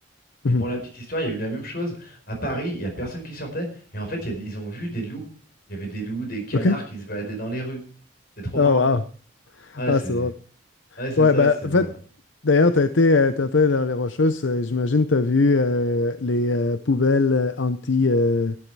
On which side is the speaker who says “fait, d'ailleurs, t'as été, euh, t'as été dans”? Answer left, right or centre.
Left